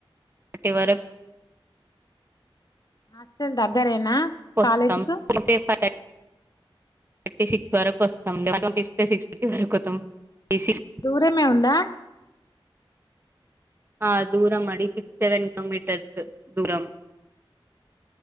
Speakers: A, on the right; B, on the left.
A: ట్టి వరక్
B: హాస్టల్ దగ్గరేనా
A: కోస్తాం
B: కాలేజీకు
A: <unintelligible> థర్టీ సిక్స్ వరకు వస్తాం సిక్స్ థర్టీ వరకు <unintelligible>
B: దూరమే ఉందా
A: ఆ దూరం
B: బానే
A: అడి సిక్స్
B: దూరం
A: సెవెన్
B: ఉంది.
A: కిలోమీటర్స్ దూరం